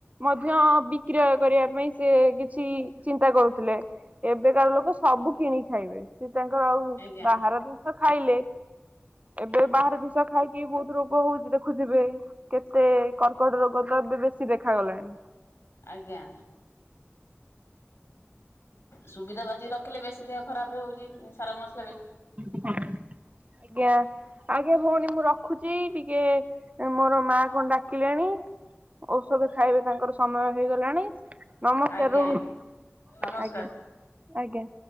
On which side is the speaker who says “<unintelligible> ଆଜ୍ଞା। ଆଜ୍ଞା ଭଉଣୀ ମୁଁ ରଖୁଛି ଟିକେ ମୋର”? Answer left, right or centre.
Right